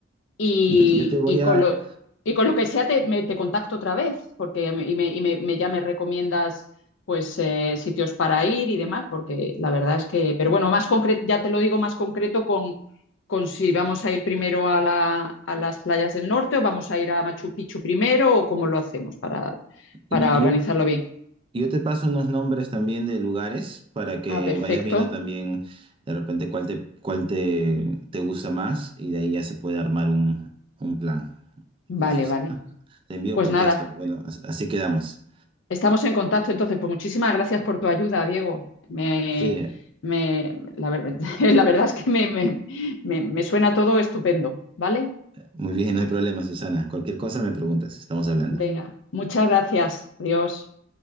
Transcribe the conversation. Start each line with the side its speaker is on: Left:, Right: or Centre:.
Left: Y,
Right: Yo, te yo te voy
Left: y con
Right: a,
Left: lo, y con lo que sea te, me- te contacto otra vez, porque me- y me, y me- me- ya me recomiendas pues eh, sitios para ir y demás, porque la verdad es que, pero bueno, más concreto, ya te lo digo más concreto con, con si vamos a ir primero a la- a las playas del norte o vamos a ir a Machu Picchu primero o cómo lo hacemos para, para
Right: y,
Left: organizarlo bien.
Right: Yo te paso unos nombres también de lugares para que
Left: Ah, perfecto.
Right: vayas viendo también de repente cuál te, cuál te, te gusta más y de ahí ya se puede armar un, un plan.
Left: Vale,
Right: Ya, Susana,
Left: vale.
Right: te envío
Left: Pues
Right: por
Left: nada.
Right: texto. Bueno, as- así quedamos.
Left: Estamos en contacto, entonces, pues muchísimas gracias por tu ayuda, Diego. Me,
Right: Sí,
Left: me- la, ver- <laughs> la verdad es que me, me me- me suena todo estupendo, ¿vale?
Right: muy bien, no hay problema, Susana. Cualquier cosa me preguntas, estamos hablando.
Left: Venga, muchas gracias. Adiós.